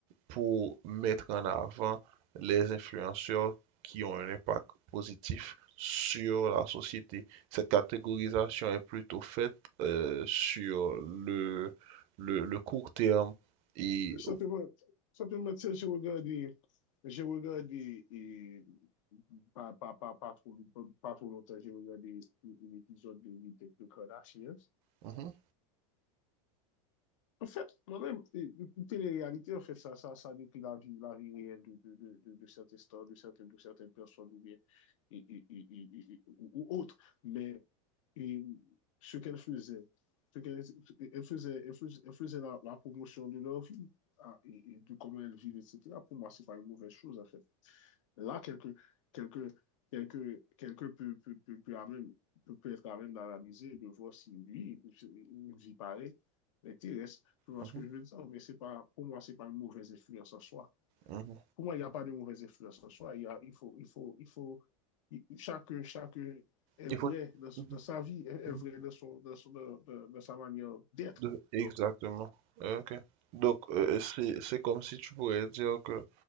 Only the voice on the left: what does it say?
Simplement, simplement, tu j'ai regardé, j'ai regardé, et pas, pas, pas, pas trop, pas, pas trop longtemps, j'ai regardé un un épisode de Meet the Kardashians.
En fait, moi-même, euh, euh, télé-réalité, en fait, ça, ça, ça décrit la vie, la vie réelle de, de, de, de, de certaines stars, de certaines, de certaines personnes ou bien, et- et- et- et- et- ou ou autres. Mais et, ce qu'elles faisaient, ce qu'elles elle faisait, elle faisait, elle faisait la, la promotion de leur vie, ah, et, et de comment elles vivent, etc. Pour moi, c'est pas une mauvaise chose, en fait. Là, quelqu'un quelqu'un quelqu'un quelqu'un peut, peut, peut, peut à même, peut, peut être à même d'analyser et de voir si lui, une vie pareille, l'intéresse. Tu vois
ce que je veux dire? Mais c'est pas, pour moi, c'est pas une mauvaise influence en soi.
Pour moi, il n'y a pas de mauvaise influence en soi. Il y a, il faut, il faut, il faut, il- chacun, chacun est
vrai
dans, son-
dans sa vie, est, est
vrai dans, son, dans, son- dans, dans- dans sa manière d'être.
Donc,